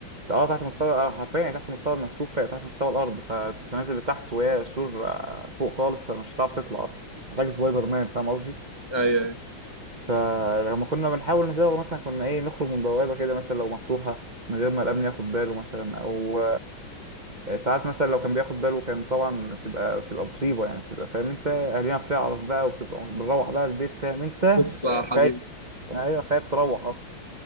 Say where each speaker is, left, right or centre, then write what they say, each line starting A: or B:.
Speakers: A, on the right; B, on the left.
A: اه تحت مستوى آه، حرفيا يعني تحت مستوى المرسوف تحت مستوى الارض فتتنازل لتحت وهي سور آه، فوق خالص فمش هتعرف تطلع اصلا محتاج سبايدر مان فاهم قصدي
B: ايوه أيوة.
A: فلما كنا بنحاول نزوغ مثلا كنا ايه نخرج من بوابة كده مثلا لو مفتوحة من غير ما الأمن ياخد باله مثلا أو آه، ساعات مثلا لو كان بياخد باله كان طبعا بتبقى بتبقى مصيبة يعني بتبقى فاهم انت أهالينا بتعرف بقى وبتبقى بنروح بقى البيت فاهم انت
B: قصه
A: آه، خايف
B: حزينه
A: أيوه خايف تروح أصلا